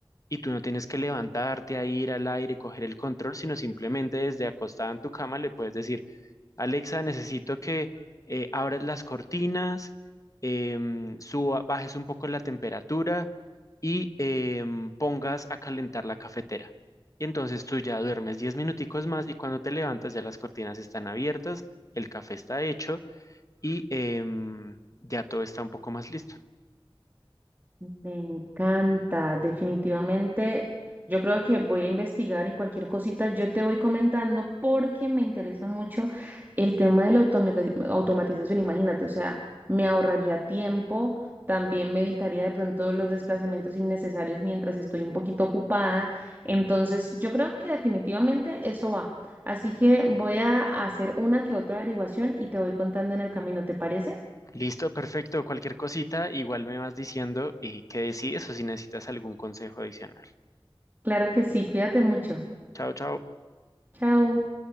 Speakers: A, on the left (about 35°); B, on the right (about 20°).
A: y tú no tienes que levantarte a ir al aire, y coger el control, sino simplemente desde acostada en tu cama le puedes decir, Alexa, necesito que eh, abras las cortinas, em, suba- bajes un poco la temperatura y em, pongas a calentar la cafetera. Y entonces tú ya duermes 10 minuticos más y cuando te levantas ya las cortinas están abiertas, el café está hecho y em, ya todo está un poco más listo.
B: Me encanta, definitivamente. Yo creo que voy a investigar y cualquier cosita yo te voy comentando porque me interesa mucho el tema de la automata- automatización. Imagínate, o sea, me ahorraría tiempo, también me evitaría de pronto los desplazamientos innecesarios mientras estoy un poquito ocupada. Entonces, yo creo que definitivamente eso va. Así que voy a hacer una que otra averiguación y te voy contando en el camino, ¿te parece?
A: Listo, perfecto. Cualquier cosita, igual me vas diciendo eh, qué decides o si necesitas algún consejo adicional.
B: Claro que sí, cuídate mucho.
A: Chao, chao.
B: Chao.